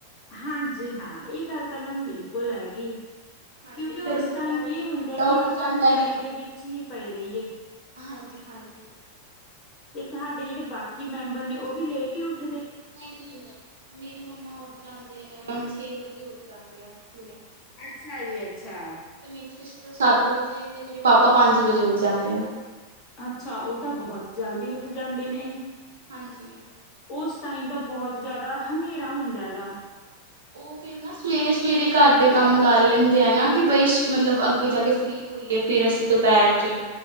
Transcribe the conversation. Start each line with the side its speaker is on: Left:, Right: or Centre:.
Left: ਹਾਂਜੀ ਹਾਂ, ਇਹ ਗੱਲ ਤਾਂ ਮੈਮ ਬਿਲਕੁਲ ਹੈਗੀ।
Right: ਹਾਂਜੀ
Left: ਕਿਉਂਕਿ ਉਸ
Right: ਗਰਮੀ
Left: ਟਾਈਮ
Right: ਕਰਕੇ
Left: ਇਹ
Right: ਤਾਂ
Left: ਹੁੰਦਾ
Right: ਬੰਦਾ ਉੱਠ
Left: ਕਿ ਆਪਾਂ
Right: ਜਾਂਦਾ
Left: ਰਜਾਈ
Right: ਹੈ
Left: ਦੇ ਵਿੱਚ ਹੀ ਪਏ ਰਹੀਏ।
Right: ਹਾਂਜੀ-ਹਾਂਜੀ।
Left: ਤੇ ਤੁਹਾਡੇ ਜਿਹੜੇ ਬਾਕੀ ਮੈਂਬਰ ਨੇ ਉਹ ਵੀ ਲੇਟੀ ਉਠ
Right: ਨਹੀਂ-ਨਹੀਂ-ਨਹੀਂ ਮੇਰੀ ਮੰਮਾ ਉੱਠ ਜਾਂਦੇ ਨੇ ਛੇ ਵਜੇ ਉੱਠ ਜਾਂਦੇ ਆ ਪੂਰੇ।
Left: ਅੱਛਾ ਜੀ, ਅੱਛਾ।
Right: ਤੇ ਮੇਰੀ ਸਿਸਟਰ ਸੱਤ ਵਜੇ ਤੇ ਮੇਰੇ ਪਾਪਾ ਪੰਜ ਵਜੇ ਉੱਠ ਜਾਂਦੇ ਨੇ।
Left: ਅੱਛਾ ਉਹ ਤਾਂ ਬਹੁਤ ਜਲਦੀ ਉੱਠ ਜਾਂਦੇ ਨੇ।
Right: ਹਾਂਜੀ।
Left: ਉਸ ਟਾਈਮ ਦਾ ਬਹੁਤ ਜ਼ਿਆਦਾ ਹਨੇਰਾ ਹੁੰਦਾ ਗਾ।
Right: ਉਹ ਫੇਰ ਨਾ ਸਵੇਰੇ- ਸਵੇਰੇ ਘਰ ਦੇ ਕੰਮ ਕਰ ਲੈਂਦੇ ਆ ਨਾ ਕਿ ਬਈ ਮਤਲਬ ਅੱਗੇ ਜਾ ਕੇ ਫਰੀ ਹੋਈ ਹੈ ਫਿਰ ਅਸੀਂ ਦੁਪਹਿਰ ਚ